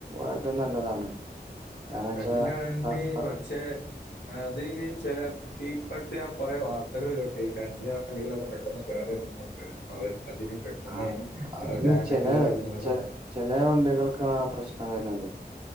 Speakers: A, on the right; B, on the left.
A: ഏറ്റവും നല്ലതാണ് കാരണം വെച്ചാ
B: കറൻ്റിൻെറ വണ്ടി
A: അ അ
B: പക്ഷെ അതിന് ചെല ഇപ്പടുത്ത് ഞാൻ കൊറെ വാർത്തകൾ കേട്ട് കറൻ്റിൻറെ വണ്ടികളൊക്കെ പെട്ടെന്ന് കേട് വരും എന്നൊക്കെ അവ അതിന് പെട്ടെന്ന്
A: ആഹ് അത്
B: ഡാമേജുകൾ
A: ചെലെ
B: വരുന്നു എന്നൊക്കെ പറഞ്ഞു
A: ചെലെ വണ്ടികൾക്കാണ് ആ പ്രശ്നം വരുന്നത്